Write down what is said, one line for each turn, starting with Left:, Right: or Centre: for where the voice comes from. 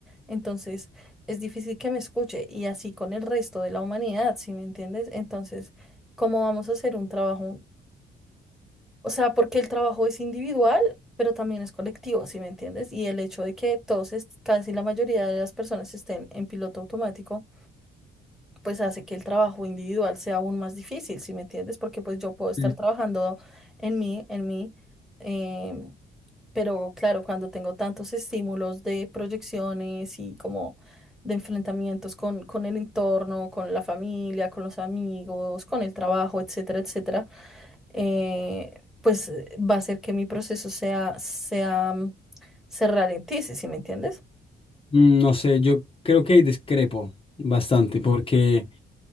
Centre: Entonces, es difícil que me escuche y así con el resto de la humanidad, ¿sí me entiendes? Entonces... ¿Cómo vamos a hacer un trabajo? O sea, porque el trabajo es individual, pero también es colectivo, ¿sí me entiendes? Y el hecho de que todos, est- casi la mayoría de las personas estén en piloto automático pues hace que el trabajo individual sea aún más difícil, ¿sí me entiendes? Porque pues yo puedo estar
Left: Mm.
Centre: trabajando en mí, en mí, em, pero claro, cuando tengo tantos estímulos de proyecciones y como de enfrentamientos con, con el entorno, con la familia, con los amigos, con el trabajo, etcétera, etcétera, eh, pues eh, va a hacer que mi proceso sea, sea, mm, se ralentice, ¿sí sí me entiendes?
Left: Mm, No sé, yo creo que ahí discrepo bastante porque...